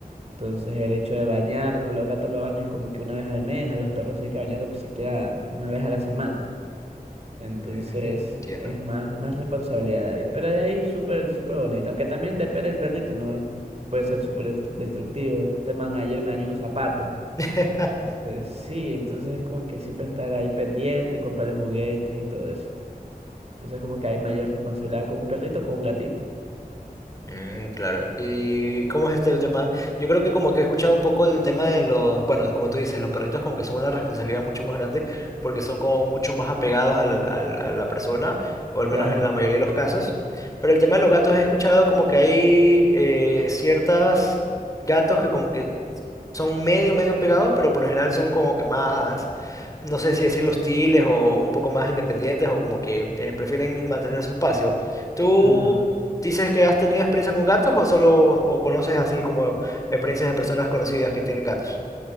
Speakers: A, on the right (about 45°); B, on the left (about 20°).
A: Entonces, el hecho de bañarlos, a los gatos los bañas como que una vez al mes, a los perros sí hay que bañarlos siquiera una vez a la semana. Entonces
B: Mm, entiendo.
A: es más, más responsabilidad ahí. Pero de ahí es súper, súper bonito. Aunque también depende del perrito, ¿no? Puede ser súper dest- destructivo. Este man ayer me dañó unos zapatos.
B: <laughs>
A: Entonces, sí, entonces es como que siempre estar ahí pendiente, comprarle juguetes y todo eso. Entonces como que hay mayor responsabilidad con un perrito o con un gatito.
B: Mm, claro. ¿Y cómo es este tema? Yo creo que como que he escuchado un poco el tema de los, bueno, como tú dices, los perritos como que son una responsabilidad mucho más grande porque son como mucho más apegados al, al- a la persona, o al menos
A: Claro.
B: en la mayoría de los casos. Pero el tema de los gatos he escuchado como que hay eh, ciertas gatos que como que son medio, medio pegados, pero por lo general son como que más, no sé si decir hostiles o un poco más independientes o como que eh, prefieren mantener su espacio. ¿Tú
A: Ajá.
B: dices que has tenido experiencia con gatos o solo o conoces así como experiencias de personas conocidas que tienen gatos?